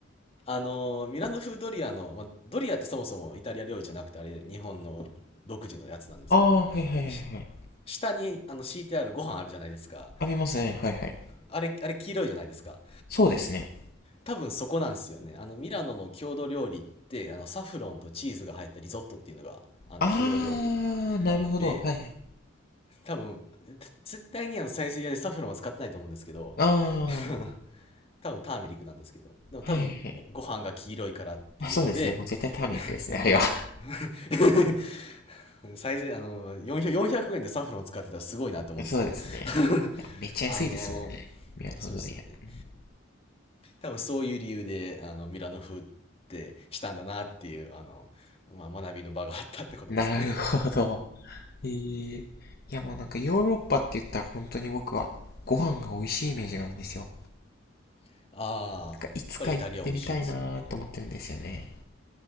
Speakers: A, on the left; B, on the left.
A: あの、ミラノ風ドリアの、まあ、ドリアってそもそもイタリア料理じゃなくて、あれ、日本の独自のやつなんですけど、
B: ああ、はいはいはいはい。
A: あの、し下に、あの、敷いてあるご飯あるじゃないですか。
B: あ、見ますね。はいはい。
A: あれ、あれ黄色いじゃないですか。
B: そうですね。
A: 多分そこなんですよね。あの、ミラノの郷土料理って、あの、サフロンとチーズが入ったリゾットっていうのが、あの、
B: ああ、
A: 郷土料理なので、
B: なるほど。はいはい。
A: 多分、絶対にあの、サイゼリヤでサフロンは使ってないと思うんですけど、
B: ああ、はい
A: <laughs> 多分ターメリックなんですけど。でも多分、
B: はいはい。
A: ご飯が黄色いからっていうので、
B: まあそうですね。もう絶対ターメリックですね。はいは。
A: ミラ、
B: <laughs> い
A: <laughs> サイゼ、あの、400, 円でサフロン使ってたらすごいなって思うんですけど。
B: やそうですね。い
A: <laughs>
B: やめっちゃ安いですもんね。
A: あの、
B: ミラノ風ドリア。
A: そうですよね。
B: うん
A: 多分そういう理由で、あの、ミラノ風ってしたんだなっていう、あの、まあ、学びの場があったってことですかね。
B: なるほど。ええーいやもうなんかヨーロッパって言ったら本当に僕はご飯が美味しいイメージがあるんですよ。
A: <laughs> ああ、
B: なんかいつか行ってみたいなーと思ってるんですよね。
A: やっぱりイタリア美味しいですね。